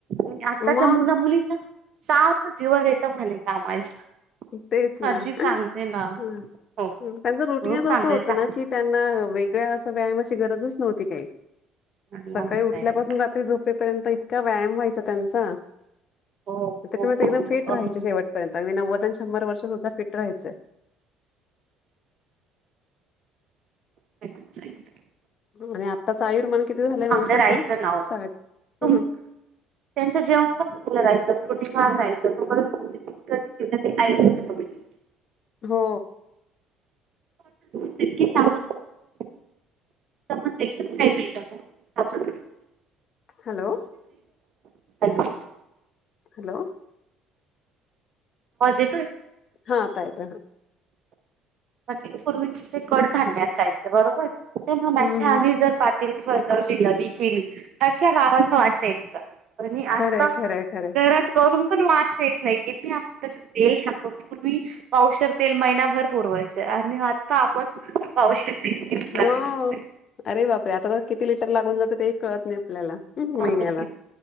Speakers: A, on the right (about 50°); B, on the left (about 45°).
A: आणि आताच्या
B: हम् मग
A: मुला मुलींना सारख जीवार येत म्हणे कामाच
B: तेच
A: आजी
B: ना
A: सांगते
B: ह
A: ना हो
B: त्यांच रुटिंगच
A: खूप सांगते
B: असं होतं
A: सांग
B: ना कि त्यांना वेगळ्या असं व्यायामाची गरजच नव्हती काही
A: नाही
B: सकाळी
A: नाही.
B: उठल्यापासून रात्री झोपेपर्यंत इतका व्यायाम व्हायचा त्यांचा.
A: हो
B: त्याच्यामध्ये
A: हो
B: एकदम
A: हो
B: फिट राहायची शेवटपर्यंत अगदी नव्वद आणि शंभर वर्ष सुद्धा फिट राहायचंय.
A: <unintelligible>
B: आणि आत्ताच आयुर्मान किती झालंय
A: चांगलं
B: माणसाचं
A: राहायचं नाव
B: साठ
A: तुम
B: ह.
A: त्यांचं जेवण पण चागलं राहायचं प्रोटीन खान रायचं तो कध क ते ऐकच प <unintelligible>
B: हो...
A: तितकी सांग <unintelligible> समज एकच का मिळत आपण
B: हॅलो
A: <unintelligible> हो.
B: हॅलो.
A: आवाज येतोय.
B: हा आता येतोय ह.
A: पूर्वीच ते कडधान्य असायचं बरोबर ते म्हणायचे
B: हम्म हम्म
A: आम्ही जर पातळी फजाव जिलबी केली अख्ख्या गावात वास यायचा. आणि
B: खरंय
A: आता
B: खरंय खरंय.
A: घरात करून पण वास येत नाही किती पूर्वी पावशेर तेल महिनाभर पुरवायच आणि आत्ता आपण पावशेर तीन <unintelligible>
B: हो. अरे बापरे आता तर किती लिटर लागून जातं तेही कळत नाही आपल्याला हं, महिन्याला.
A: ह.